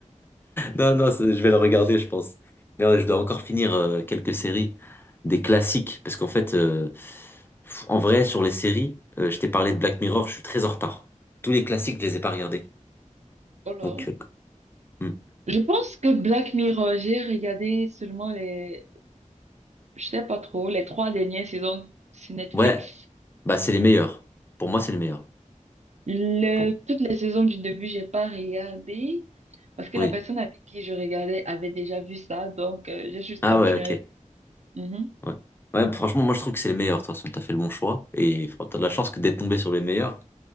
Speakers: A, on the left (about 15°); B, on the right (about 60°).
A: Non, non, c'est- je vais le regarder, je pense. Mais ouais, je dois encore finir euh, quelques séries, des classiques, parce qu'en fait, euh, en vrai, sur les séries, euh, je t'ai parlé de Black Mirror, je suis très en retard. Tous les classiques, je les ai pas regardés.
B: Oh là.
A: Donc, euh, hmm.
B: Je pense que Black Mirror, j'ai regardé seulement les, je sais pas trop, les trois dernières saisons sur Netflix.
A: ouais, bah c'est les meilleurs. Pour moi, c'est les meilleurs.
B: Le,
A: Bon,
B: toutes les saisons du début, j'ai pas regardé parce que
A: oui.
B: la personne avec qui je regardais avait déjà vu ça, donc euh, j'ai juste
A: Ah
B: continué
A: ouais, ok.
B: avec. Mhm.
A: Ouais. Ouais, franchement, moi je trouve que c'est les meilleurs. De toute façon, t'as fait le bon choix et fran- t'as de la chance que d'être tombé sur les meilleurs.